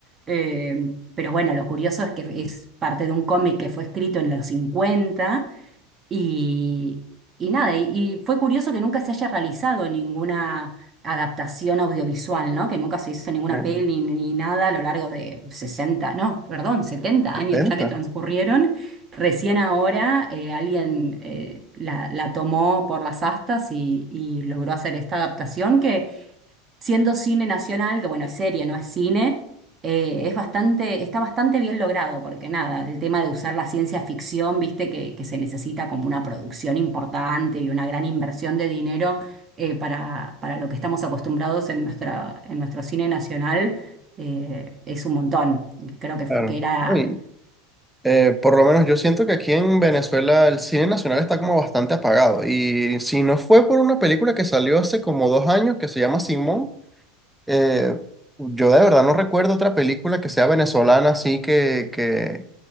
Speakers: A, on the right (about 25°); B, in the centre.
A: eh, pero bueno, lo curioso es que es parte de un cómic que fue escrito en los cincuenta y, y nada, y, y fue curioso que nunca se haya realizado ninguna adaptación audiovisual, ¿no? Que nunca se hizo ninguna
B: que
A: peli ni nada a lo largo de sesenta no, perdón, 70 años
B: intenta,
A: ya que transcurrieron. Recién ahora eh, alguien eh, la, la tomó por las astas y, y logró hacer esta adaptación que siendo cine nacional, que bueno, es serie, no es cine, eh, es bastante, está bastante bien logrado, porque nada, el tema de usar la ciencia ficción, viste, que, que se necesita como una producción importante y una gran inversión de dinero eh, para, para lo que estamos acostumbrados en nuestra, en nuestro cine nacional, eh, es un montón. Creo que,
B: claro.
A: que era,
B: Y- Eh, por lo menos yo siento que aquí en Venezuela el cine nacional está como bastante apagado. Y si no fue por una película que salió hace como dos años que se llama Simón, eh, yo de verdad no recuerdo otra película que sea venezolana así que, que,